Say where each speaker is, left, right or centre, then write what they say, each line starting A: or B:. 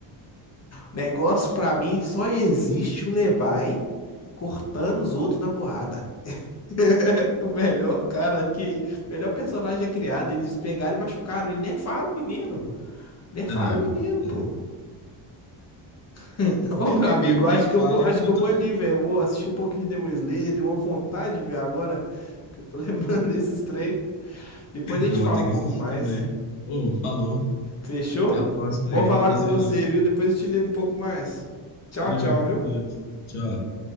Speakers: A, on the left; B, on the left.
A: O negócio pra mim só existe o Levi cortando os outros na porrada. <laughs> O melhor cara que, melhor personagem é criado, eles pegaram e machucaram ele, nerfaram o menino. Nerfaram
B: É, não, é
A: o
B: complicado.
A: menino, pô. <laughs> Ô, meu
B: E
A: amigo,
B: mesmo
A: eu
B: defado,
A: acho que eu vou, acho
B: ele luta
A: que eu vou
B: mais.
A: ali, velho. Eu vou assistir um pouquinho de Demon Slayer, deu uma vontade de ver agora, que eu tô <laughs> lembrando desses trem. Depois a gente
B: Eu
A: fala
B: vou ter
A: um pouco
B: que assistir
A: mais.
B: também. Ô, falou.
A: Fechou?
B: Até a próxima
A: Bom
B: aí.
A: falar
B: Prazerão.
A: com você, viu? Depois eu te ligo um pouco mais. Tchau,
B: Valeu.
A: tchau, viu?
B: Adeus. Tchau.